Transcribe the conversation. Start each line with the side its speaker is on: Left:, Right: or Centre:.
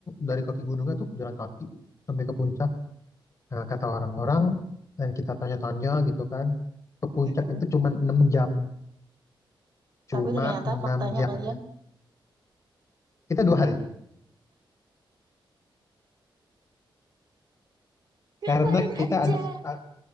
Left: dari kaki gunungnya tuh jalan kaki sampai ke puncak Nah, kata orang-orang dan kita tanya-tanya gitu kan, ke puncak
Right: mm-mm.
Left: itu cuma 6 jam. Cuma
Right: Tapi ternyata
Left: 6
Right: faktanya
Left: jam
Right: kalian
Left: ya. Kita dua hari.
Right: ngapain
Left: Karena kita
Right: aja.
Left: ada a-